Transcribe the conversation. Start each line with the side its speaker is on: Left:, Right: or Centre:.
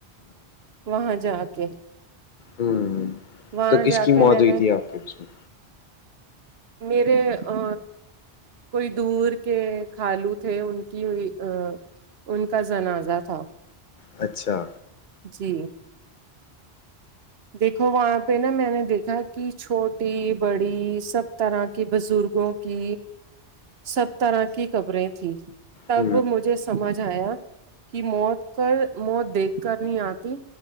Right: وہاں جا کے
Left: ہوں
Right: وہاں
Left: تو کس
Right: جا
Left: کی
Right: کے
Left: موت
Right: میں
Left: ہوئی
Right: نے
Left: تھی آپ کے اس میں
Right: میرے ا کوئی دور کے قالو تھے ان کی ہوئی ان کا جنازہ تھا
Left: اچھا
Right: جی دیکھو وہاں پہ نا میں نے دیکھا کہ چھوٹی بڑی سب طرح کے بزرگوں کہ سب طرح کی خبریں تھی تب
Left: ہ
Right: مجھے سمجھ آیا کی موت کر موت دیکھ کر نہیں آتی